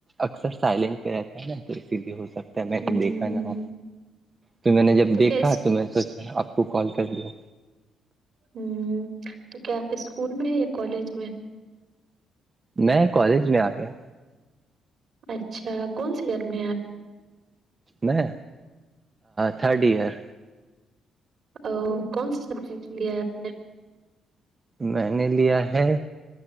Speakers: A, on the right (about 30°); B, on the right (about 55°).
A: اکثر سائلنٹ پہ رہتا ہے نا تو اسی لیے ہو سکتا میں
B: ہوں
A: دیکھا
B: ہوں
A: نہ ہ تو میں نے جب دیکھا
B: کیا اس
A: تو میں سوچا آپ کو کال کر لوں
B: ہوں تو کیا آپ اسکول میں یا کالج میں
A: میں کالج میں آ گیا
B: اچھا کون سی گر میں ہیں آپ
A: میں تھرڈ ایئر
B: او کون سا سبجیکٹ لیا ہے آپ نے
A: میں نے لیا ہے